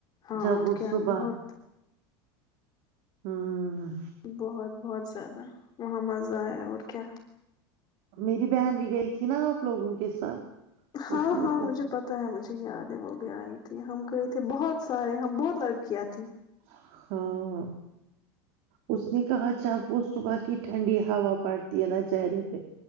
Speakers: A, on the left; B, on the right.
A: ہاں
B: جب
A: اور
B: وہ
A: کیا
B: صبح
A: بہت
B: ہوں
A: بہت بہت زیادہ وہحمزائ اور کیا
B: میری بہن بھی گئی تھی نا آپ لوگوں کے ساتھ
A: ہاں
B: اس نے
A: ہاں
B: کہا
A: مجھے پتا ہے مجھے یاد ہے وہ بھی آئی تھی تھی ہم گئے تھے بہت سارے ہم بہت لڑکیاں تھیں
B: ہاں ہاں اس نے کہا اچھاپ وہ صبح کے کہ ٹھنڈی ہا پٹتی ہے نا چہرے پہ